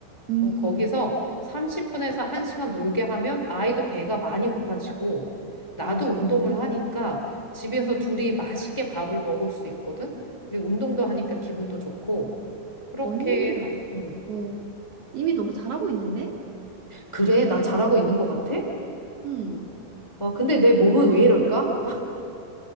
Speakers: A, on the right (about 45°); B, on the left (about 45°).
A: 음,
B: 그럼 거기서 30분에서 1시간 놀게 하면 아이도 배가 많이 고파지고 나도
A: 어,
B: 운동을 하니까 집에서
A: 음.
B: 둘이 맛있게 밥을 먹을 수 있거든? 그리고 운동도 하니까 기분도 좋고 그렇게
A: 언니는
B: 하, 응.
A: 어, 이미 너무 잘하고 있는데?
B: 그래, 나 잘하고 있는 것 같아?
A: 음,
B: 어 근데 내 몸은 왜 이럴까?